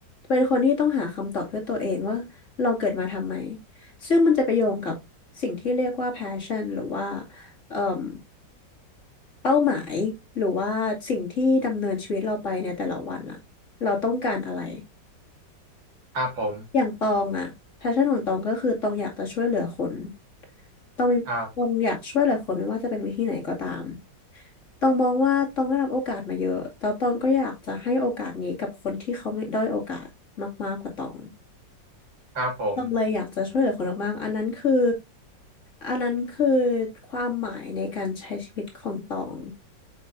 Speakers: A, on the left; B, on the right.
A: เป็นคนที่ต้องหาคำตอบด้วยตัวเองว่าเราเกิดมาทำไมซึ่งมันจะไปโยงกับสิ่งที่เรียกว่า passion หรือว่าเอ่มเป้าหมายหรือว่าสิ่งที่ดำเนินชีวิตเราไปในแต่ละวันล่ะเราต้องการอะไร
B: ครับผม
A: อย่างตองอะแพชชั่นของตองก็คือตองอยากจะช่วยเหลือคนตองมีตองอยากช่วยเหลือคนไม่ว่าจะเป็นวิธีไหนก็ตาม
B: ครับ
A: ตองมองว่าตองได้รับโอกาสมาเยอะแล้วตองก็อยากจะให้โอกาสนี้กับคนที่เขาไม่ด้อยโอกาสมากๆกว่าตอง
B: ครับผม
A: ตองเลยอยากจะช่วยเหลือคนมากๆอันนั้นคืออันนั้นคือความหมายในการใช้ชีวิตของตอง